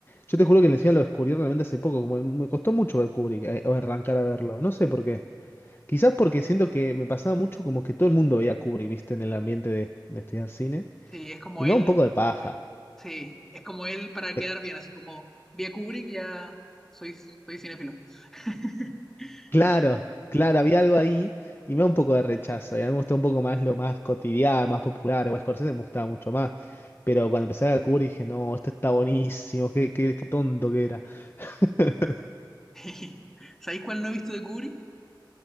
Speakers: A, on the left (about 25°); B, in the centre.
A: Yo te juro que encima lo descubrí realmente hace poco, como me costó mucho ver Kubrick eh, o arrancar a verlo. No sé por qué. Quizás porque siento que me pasaba mucho como que todo el mundo veía Kubrick, viste, en el ambiente de, de estudiar cine.
B: Sí, es como
A: Y me
B: él,
A: da un poco de paja.
B: sí, es como él para
A: Eh,
B: quedar bien, así como vi a Kubrick, ya soy, soy cinéfilo. <laughs>
A: Claro,
B: Y,
A: claro, había algo ahí y me da un poco de rechazo. Y a mí me gustó un poco más lo más cotidiano, más popular. O Scorsese me gustaba mucho más. Pero cuando empecé a descubrir dije, no, esto está buenísimo, qué, qué, qué tonto que era. <laughs>
B: <laughs> ¿sabéis cuál no he visto de Kubrick?